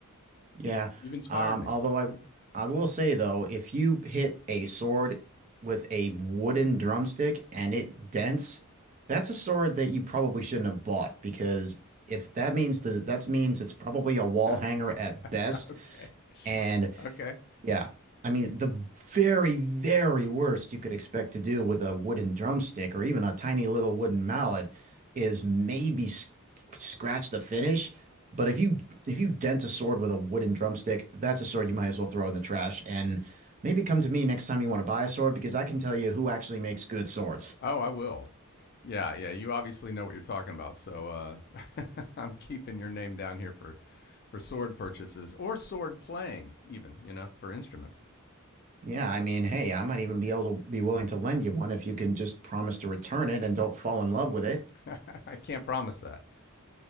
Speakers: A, on the right; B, on the left.
A: Yeah.
B: You've inspired
A: Um,
B: me.
A: although I I will say though, if you hit a sword with a wooden drumstick and it dents, that's a sword that you probably shouldn't have bought because if that means the that means it's probably a wall
B: <laughs>
A: hanger at best,
B: okay.
A: and
B: Okay.
A: yeah. I mean, the very, very worst you could expect to do with a wooden drumstick or even a tiny little wooden mallet is maybe sc scratch the finish. But if you if you dent a sword with a wooden drumstick, that's a sword you might as well throw in the trash. And maybe come to me next time you want to buy a sword because I can tell you who actually makes good swords.
B: Oh, I will. Yeah, yeah. You obviously know what you're talking about. So uh, <laughs> I'm keeping your name down here for for sword purchases or sword playing, even you know, for instruments.
A: Yeah, I mean, hey, I might even be able to be willing to lend you one if you can just promise to return it and don't fall in love with it.
B: <laughs> I can't promise that.